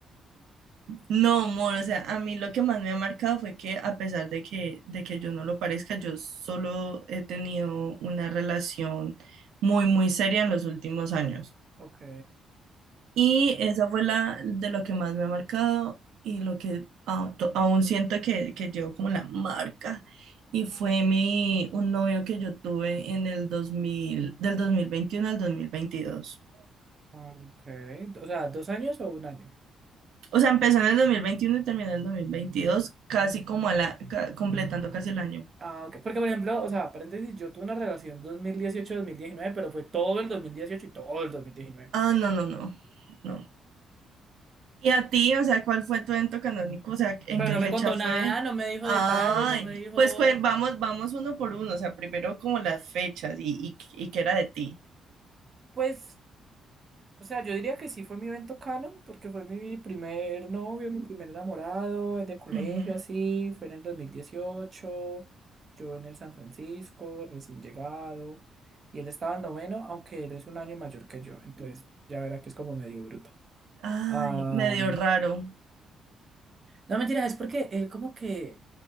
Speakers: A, on the right; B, on the right.
A: No, amor, o sea, a mí lo que más me ha marcado fue que a pesar de que, de que yo no lo parezca, yo solo he tenido una relación muy, muy seria en los últimos años.
B: Ok,
A: Y esa fue la de lo que más me ha marcado y lo que a- to- aún siento que, que llevo como la marca. Y fue mi, un novio que yo tuve en el dos mil del 2021 al dos mil veintidós
B: ah, ok. O sea, ¿dos años o un año?
A: O sea, empecé en el 2021 y terminé en el 2022 casi como a la, ca- completando casi el año.
B: Ah, ok. Porque, por ejemplo, o sea, paréntesis, yo tuve una relación dos dos mil dieciocho mil diecinueve pero fue todo el 2018 y todo el dos mil diecinueve
A: Ah, no, no, no, no. ¿Y a ti? O sea, ¿cuál fue tu evento canónico? O sea, ¿en
B: Pero
A: qué
B: no
A: fecha
B: me contó
A: fue?
B: nada, no me dijo
A: Ay,
B: detalles, no me dijo,
A: pues cuen- vamos, vamos uno por uno. O sea, primero como las fechas y, y, y qué era de ti.
B: pues. O sea, yo diría que sí fue mi evento canon, porque fue mi primer novio, mi primer enamorado, de colegio,
A: Ujú.
B: así. Fue en el 2018. yo en el San Francisco, recién llegado. Y él estaba en noveno, aunque él es un año mayor que yo. Entonces, ya verá que es como medio bruto.
A: Ay,
B: Ah,
A: medio raro.
B: no, mentira, es porque él como que